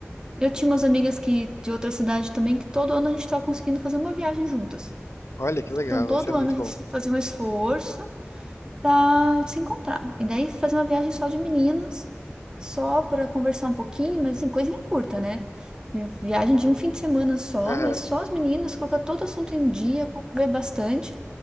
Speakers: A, on the right; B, on the left.
A: Eu tinha umas amigas que de outra cidade também que todo ano a gente tava conseguindo fazer uma viagem juntas.
B: Olha que legal,
A: Então todo
B: isso é muito
A: ano a gente
B: bom.
A: fazia um esforço para se encontrar. E daí fazer uma viagem só de meninas, só para conversar um pouquinho, mas assim, coisinha curta, né? Vi- Viagem de um fim de semana só,
B: Aham.
A: mas só as meninas, colocar todo assunto em dia, conviver bastante.